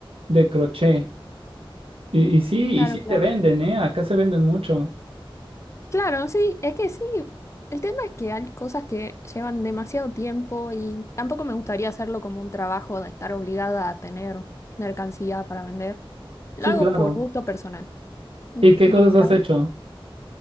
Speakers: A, on the right (about 85°); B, on the left (about 30°).
A: de crochet. Y, y sí,
B: claro,
A: y sí
B: claro.
A: se venden, ¿eh? Acá se venden mucho.
B: Claro, sí, es que sí. El tema es que hay cosas que llevan demasiado tiempo y tampoco me gustaría hacerlo como un trabajo de estar obligada a tener mercancía para vender. Lo
A: Sí,
B: hago
A: claro.
B: por gusto personal. <laughs>
A: ¿Y qué
B: Mi
A: cosas
B: trabajo.
A: has hecho?